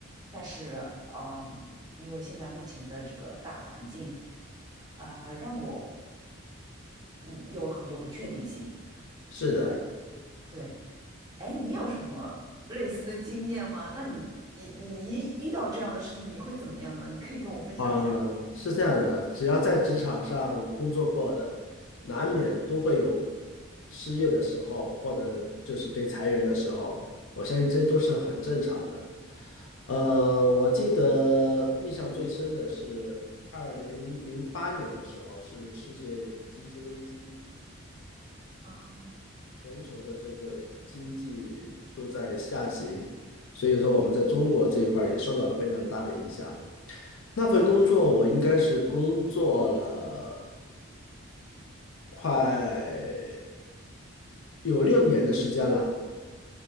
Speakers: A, on the right; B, on the left.
A: 但是，嗯，因为现在目前的这个大环境，啊、让我嗯有了很多不确定性。
B: 是的。
A: 对对，哎，你有什么类似的经验吗？那你你你一遇到这样的事情，你会怎么样呢？你可以跟我分享一下吗？
B: 嗯，是这样的，只要在职场上工作过的，难免都会有失业的时候，或者就是被裁员的时候，我相信这都是很正常的。呃，我记得印象最深的是二零零八年的时候，是世界经济危机，
A: 啊，
B: 全球的这个经济都在下行，所以说我们在中国这一块儿也受到了非常大的影响。那份工作我应该是工作了
A: 嗯，
B: 快有六年的时间了